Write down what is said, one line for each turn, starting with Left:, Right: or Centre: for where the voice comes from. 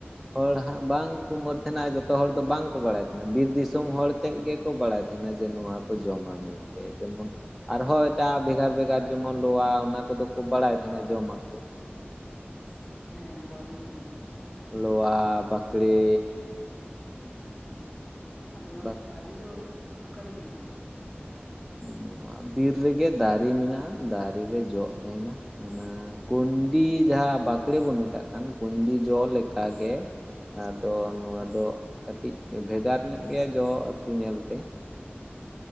Centre: ᱦᱚᱲ ᱦᱟᱸᱜ ᱵᱟᱝᱠᱚ ᱢᱟᱹᱨ ᱛᱟᱦᱮᱱᱟ ᱟᱨ ᱡᱚᱛᱚ ᱦᱚᱲ ᱫᱚ ᱵᱟᱝᱠᱚ ᱵᱟᱲᱟᱭ ᱛᱟᱦᱮᱱᱟ ᱵᱤᱨ ᱫᱤᱥᱚᱢ ᱦᱚᱲ ᱛᱮᱫ ᱜᱮᱠᱚ ᱵᱟᱲᱟᱭ ᱛᱟᱦᱮᱱᱟ ᱡᱮ ᱱᱚᱣᱟ ᱠᱚ ᱡᱚᱢᱟ ᱢᱮᱱᱛᱮ ᱡᱮᱢᱚᱱ ᱟᱨᱦᱚᱸ ᱮᱴᱟᱜ ᱵᱷᱮᱜᱟᱨ ᱵᱷᱮᱜᱟᱨ ᱡᱮᱢᱚᱱ ᱞᱚᱣᱟ ᱚᱱᱟ ᱠᱚᱫᱚ ᱠᱚ ᱵᱟᱲᱟᱭ ᱛᱟᱦᱮᱱᱟ ᱡᱚᱢᱟᱠᱚ᱾ <unintelligible>
Left: ᱦᱮᱸ ᱞᱚᱣᱟ ᱫᱩᱧ ᱟᱸᱡᱚᱢ ᱟᱠᱟᱫᱟ।
Centre: ᱞᱚᱣᱟ ᱵᱟᱠᱲᱮ
Left: ᱟᱫᱚ ᱱᱟᱦᱟᱜ
Centre: ᱵᱟ
Left: ᱪᱟᱣᱞᱤ ᱫᱚ ᱚᱠᱟᱨᱮ ᱦᱩᱭᱩᱜᱼᱟ ᱱᱚᱣᱟ ᱫᱚ
Centre: ᱱᱚᱣᱟ ᱵᱤᱨ ᱨᱮᱜᱮ ᱫᱟᱨᱮ ᱢᱮᱱᱟᱜᱼᱟ ᱫᱟᱨᱮ ᱨᱮ ᱡᱚᱜ ᱛᱟᱦᱮᱱᱟ᱾ ᱚᱱᱟ ᱠᱩᱱᱰᱤ ᱡᱟᱦᱟᱸ ᱵᱟᱠᱲᱮ ᱵᱚᱱ ᱢᱮᱛᱟᱜ ᱠᱟᱱ ᱠᱩᱱᱰᱤ ᱡᱚ ᱞᱮᱠᱟ ᱜᱮ᱾ ᱟᱫᱚ ᱱᱚᱣᱟ ᱫᱚ ᱠᱟᱹᱴᱤᱡ ᱵᱷᱮᱜᱟᱨ ᱧᱚᱜ ᱜᱮᱭᱟ ᱡᱚ ᱮᱠᱴᱩ ᱧᱮᱞᱛᱮ ᱾